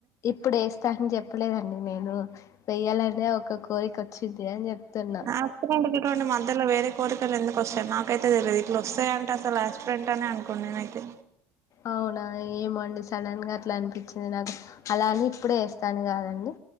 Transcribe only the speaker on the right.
యాక్సిడెంట్ గిటువంటి మధ్యలో వేరే కోరికలు ఎందుకు వస్తాయి నాకు అయితే తెలివదు ఇట్లా వస్తాయంట అసలు యాక్సిడెంట్ అనుకోను నేనైతే